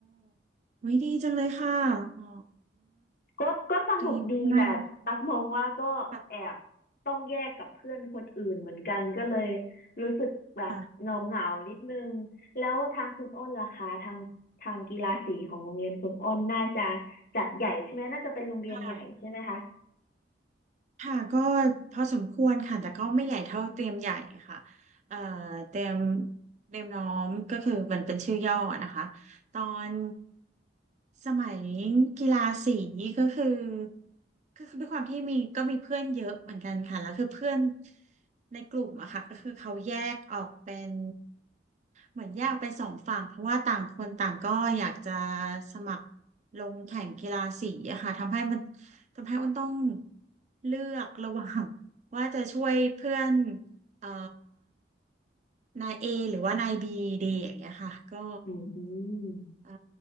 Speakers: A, on the right; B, on the left.
A: วิดีจังเลยค่ะอ๋อ
B: ก็ก็สนุกดีแต่ตักมองว่าก็แอบต้องแยกกับเพื่อนคนอื่นเหมือนกันก็เลย
A: ดีมากๆเลยค่ะ
B: รู้สึกแบบเหงาเหงานิดนึงแล้วทางคุณอ้นล่ะคะทางทางกีฬาสีของโรงเรียนคุณอ้นน่าจะ
A: ค่ะ
B: จัดใหญ่ใช่ไหมน่าจะเป็นโรงเรียนใหญ่ใช่ไหมคะ
A: ค่ะ ค่ะ ก็พอสมควรค่ะ แต่ก็ไม่ใหญ่เท่าเตรียมใหญ่ค่ะเอ่อเตรียมเตรียมน้อมก็คือมันเป็นชื่อย่อนะคะ ตอนสมัยกีฬาสีก็คือคือคือด้วยความที่มีก็มีเพื่อนเยอะเหมือนกันค่ะ แล้วคือเพื่อน ในกลุ่มอะค่ะก็คือเขาแยกออกเป็นเหมือนแยกออกเป็นสองฝั่งเพราะว่าต่างคนต่างก็อยากจะสมัครลงแข่งกีฬาสีอะค่ะทำให้มันทำให้อ้นต้องเลือกระหว่าง <laughs> ว่าจะช่วยเพื่อนเอ่อนาย A หรือว่านายบีดีอย่างเงี้ยค่ะก็
B: อืม
A: เอ่อ